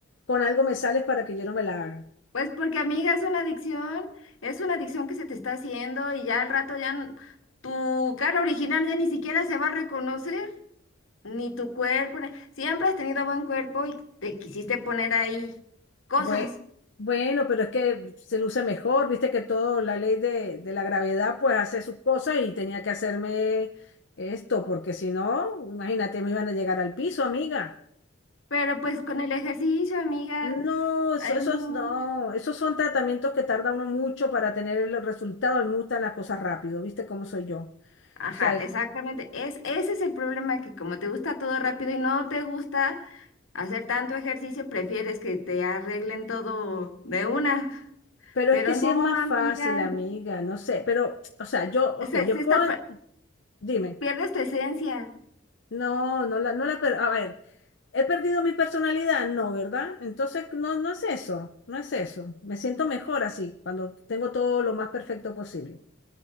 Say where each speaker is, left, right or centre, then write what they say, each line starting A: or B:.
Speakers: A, on the left; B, on the left.
A: con algo me sales para que yo no me la haga.
B: Pues porque amiga, es una adicción, es una adicción que se te está haciendo y ya al rato ya n- tu cara original ya ni siquiera se va a reconocer, ni tu cuerpo, ni- siempre has tenido buen cuerpo y te quisiste poner ahí cosas.
A: Bue- Bueno, pero es que se luce mejor, viste que todo, la ley de, de la gravedad, pues hace sus cosas y tenía que hacerme esto, porque si no, imagínate, me iban a llegar al piso, amiga.
B: Pero pues con el ejercicio, amiga,
A: No, eso,
B: hay
A: esos
B: mucho.
A: no, esos son tratamientos que tarda uno mucho para tener el resultado. A mí me gustan las cosas rápido, viste cómo soy yo.
B: Ajá,
A: O sea,
B: exactamente. Es, ese es el problema, que como te gusta todo rápido y no te gusta hacer tanto ejercicio, prefieres que te arreglen todo de una.
A: pero
B: Pero
A: es que sí
B: no,
A: es más
B: amiga,
A: fácil, amiga, no sé, pero, o sea, yo, ok,
B: se,
A: yo
B: se está
A: puedo,
B: per-
A: dime,
B: pierdes tu esencia.
A: no, no la, no la, per- a ver. ¿He perdido mi personalidad? No, ¿verdad? Entonces, no, no es eso, no es eso. Me siento mejor así, cuando tengo todo lo más perfecto posible.